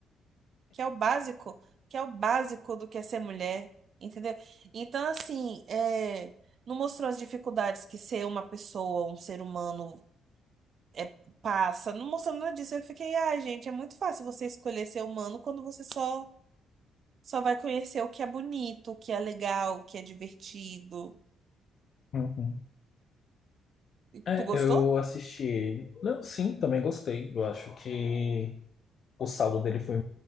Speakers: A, on the right; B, on the left.
A: que é o básico, que é o básico do que é ser mulher, entendeu? Então, assim, é, não mostrou as dificuldades que ser uma pessoa, um ser humano é, passa, não mostrou nada disso. Eu fiquei, ai, gente, é muito fácil você escolher ser humano quando você só, só vai conhecer o que é bonito, o que é legal, o que é divertido.
B: <laughs> É,
A: Tu gostou?
B: eu assisti ele. Não, sim, também gostei. Eu acho que o saldo dele foi